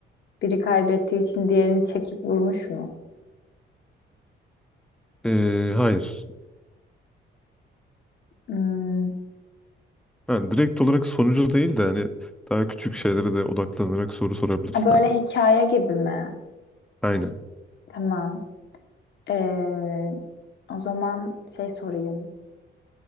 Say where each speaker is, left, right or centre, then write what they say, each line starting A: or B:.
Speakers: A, on the left; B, in the centre.
A: biri kaybettiği için diğerini çekip vurmuş mu?
B: Ee, hayır.
A: Hmm.
B: Yani direkt olarak sonucu değil de hani daha küçük şeylere de odaklanarak soru sorabilirsin.
A: Ha, Böyle
B: Yani.
A: hikaye gibi mi?
B: Aynen.
A: Tamam. Ee, o zaman şey sorayım.